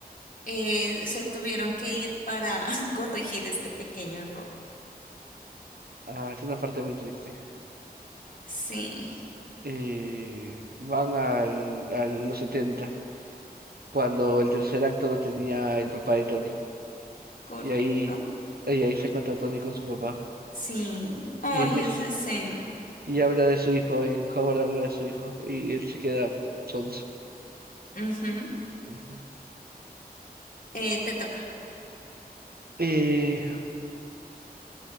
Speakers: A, on the left (about 55°); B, on the right (about 70°).
A: eh, se tuvieron que ir para <laughs> corregir este pequeño error?
B: Ah, es una parte muy triste.
A: Sí.
B: Eh, van al, a los 70 cuando el tercer acto lo tenía el papá de Tony.
A: Correcto.
B: Y ahí, y ahí se encuentra Tony con su papá.
A: Sí. Ay,
B: Y, empie-
A: esa escena.
B: y habla de su hijo, y Howard habla de su hijo, y él se queda sonso.
A: Ujú.
B: Ujú.
A: Eh, te toca.
B: Eh,